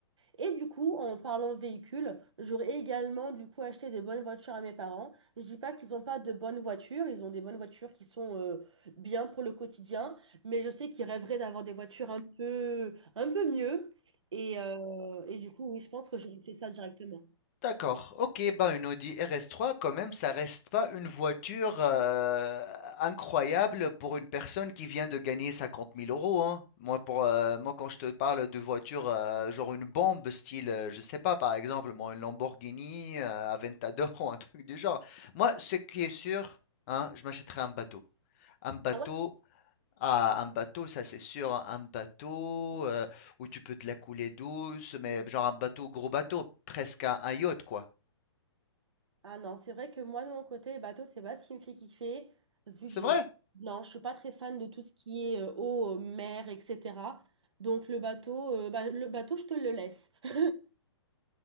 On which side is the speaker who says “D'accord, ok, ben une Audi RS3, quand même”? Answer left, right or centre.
Left